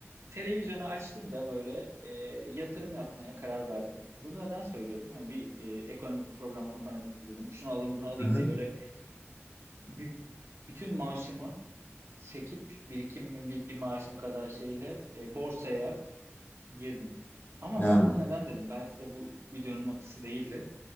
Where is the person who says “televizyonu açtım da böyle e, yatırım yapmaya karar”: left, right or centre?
Right